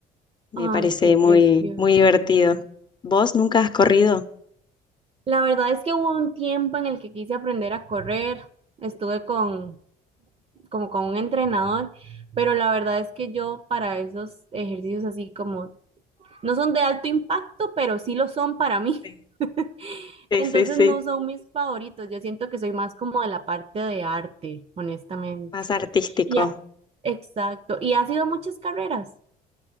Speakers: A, on the left; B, on the right.
A: Me
B: Ay,
A: parece
B: qué precioso.
A: muy, muy divertido. ¿Vos nunca has corrido?
B: La verdad es que hubo un tiempo en el que quise aprender a correr. Estuve con, como con un entrenador, pero la verdad es que yo para esos ejercicios así como, no son de alto impacto, pero sí lo son para mí.
A: Sí,
B: <laughs>
A: sí,
B: Entonces
A: sí. sí.
B: no son mis favoritos, yo siento que soy más como de la parte de arte, honestamente.
A: Más artístico.
B: Y ha- exacto, y ha sido muchas carreras.